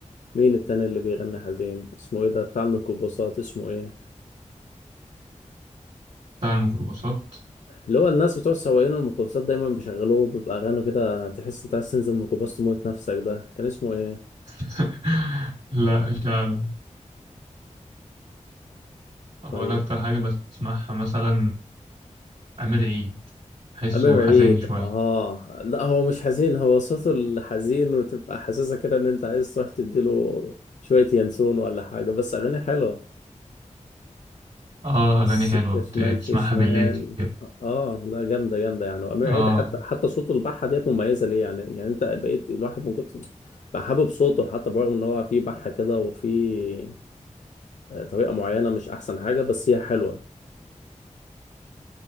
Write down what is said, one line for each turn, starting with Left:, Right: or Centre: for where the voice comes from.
Left: مين التاني اللي بيغني حزين اسمه ايه ده بتاع الميكروباصات اسمه ايه
Right: بتاع الميكروباصات
Left: اللي هو الناس بتوع سواقين الميكروباصات دايما بيشغلوه بيبقى اغاني كده تحس انت عايز تنزل الميكروباص تموت نفسك ده كان اسمه ايه
Right: <laughs> لا مش عارف هو
Left: طيب
Right: انا اكتر حاجه بسمعها مثلا آه، امير عيد بحسه
Left: امير
Right: حزين
Left: عيد
Right: شويه
Left: اه لا هو مش حزين هو صوته الحزين وتبقى حاسسها كده ان انت عايز تروح تديله شوية ينسون ولا حاجة بس اغاني حلوة
Right: اه
Left: السكة
Right: اغاني حلوه بت-
Left: شمال
Right: بتسمعها
Left: في شمال
Right: بالليل كده
Left: اه ده جامدة جامدة يعني وأمير
Right: اه
Left: عيد حتى حتى صوته البحة ديت مميزة ليه يعني يعني أنت بقيت الواحد من كتر بقى حابب صوته حتى برغم إن هو فيه بحة كده وفيه آه، طريقة معينة مش أحسن حاجة بس هي حلوة